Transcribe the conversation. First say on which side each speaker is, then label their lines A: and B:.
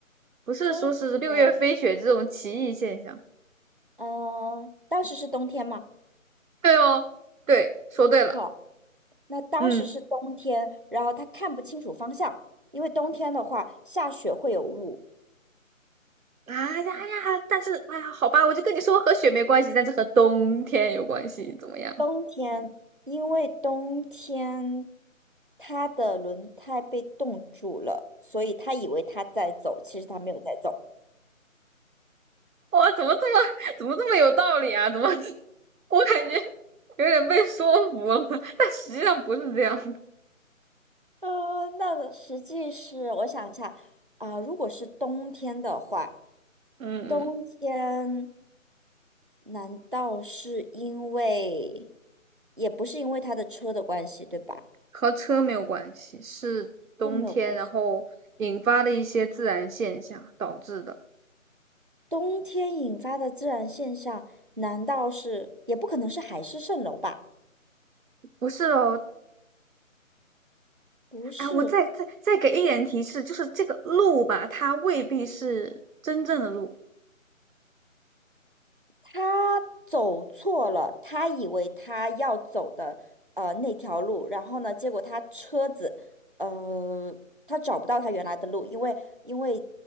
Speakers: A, on the right; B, on the right.
A: 不是说是六月飞雪这种奇异现象。
B: 真实的，嗯、当时是冬天嘛？
A: 对哦，对，说对了，
B: 好，那当时是冬天，
A: 嗯。
B: 然后他看不清楚方向，因为冬天的话下雪会有雾。
A: 啊呀哎呀！但是哎呀，好吧，我就跟你说和雪没关系，但是和冬天有关系，怎么样？
B: 冬天，因为冬天它的轮胎被冻住了，所以他以为他在走，其实他没有在走。
A: 哇，怎么这么怎么这么有道理啊？怎么 <laughs> 我感觉有点被说服了？但实际上不是这样的。
B: 呃，那个实际是，我想一下，啊、如果是冬天的话，
A: 嗯嗯。
B: 冬天难道是因为，也不是因为他的车的关系，对吧？
A: 和车没有关系，是冬天，
B: 都没有关系。
A: 然后引发的一些自然现象导致的。
B: 冬天引发的自然现象，难道是，也不可能是海市蜃楼吧？
A: 不是哦，
B: 不是，
A: 哎，我再再再给一点提示，就是这个路吧，它未必是真正的路。
B: 他走错了，他以为他要走的呃那条路，然后呢，结果他车子呃他找不到他原来的路，因为因为